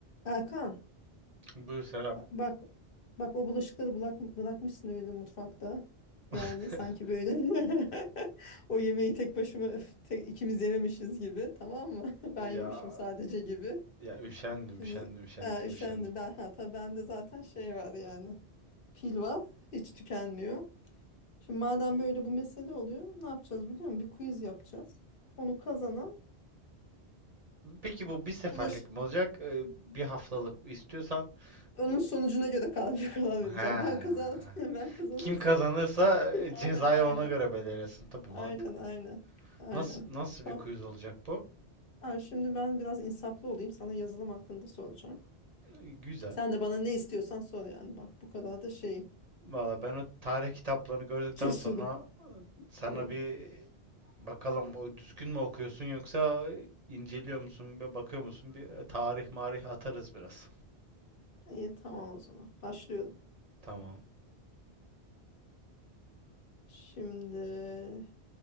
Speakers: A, on the left; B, on the right.
A: Erkan
B: Buyur Serap.
A: ba- bak bak o bulaşıkları bırak, bırakmışsın öyle mutfakta.
B: <laughs>
A: Yani sanki böyle <laughs> o yemeği tek başıma öf, tek, ikimiz yememişiz gibi tamam mı? <laughs> Ben
B: Ya
A: yemişim sadece gibi.
B: ya üşendim,
A: Şimdi
B: üşendim, üşendim,
A: ha, üşendim
B: üşendim.
A: ben hatta bende zaten şey var yani pil var hiç tükenmiyor. Şimdi madem böyle bu mesele oluyor ne yapacağız biliyor musun? Bir quiz yapacağız. Onu kazanan
B: Peki bu bir seferlik
A: bulaş
B: mi olacak? e, Bir haftalık istiyorsan.
A: onun
B: e,
A: sonucuna göre karar <laughs> karar vereceğim.
B: Ha.
A: Ben kazandım <laughs> ben kazanırsam
B: Kim kazanırsa
A: <laughs>
B: e,
A: Aynen.
B: cezayı
A: aynen.
B: ona göre belirlesin. Tabii
A: Aynen
B: mantıklı.
A: aynen. Aynen.
B: Nasıl nasıl
A: Tamam.
B: bir quiz olacak bu?
A: Ha, şimdi ben biraz insaflı olayım. Sana yazılım hakkında soracağım.
B: E, Güzel.
A: Sen de bana ne istiyorsan sor yani. Bak bu kadar da şeyim.
B: Valla ben o tarih kitaplarını gördükten
A: <laughs> Cesurum.
B: sonra sana
A: Hı.
B: bir bakalım o düzgün mü okuyorsun yoksa inceliyor musun, bir bakıyor musun? Bir e, tarih marih atarız biraz.
A: İyi tamam o zaman. Başlıyorum.
B: Tamam.
A: Şimdi